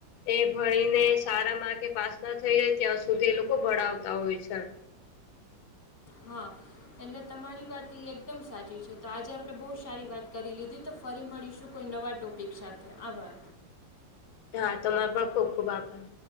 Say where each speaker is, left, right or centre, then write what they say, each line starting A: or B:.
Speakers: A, on the left (about 85°); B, on the left (about 50°).
A: એ ભણીને સારામાં કે પાસ ના થઈ જાય ત્યાં સુધી એ લોકો ભણાવતા હોય છે.
B: હા એટલે તમારી વાત ઇ એકદમ સાચી છે તો આજે આપણે બહુ સારી વાત કરી લીધી. તો ફરી મળીશું કોઈ નવા ટોપિક સાથે આભાર.
A: હા તમાર પણ ખુબ ખુબ આભાર.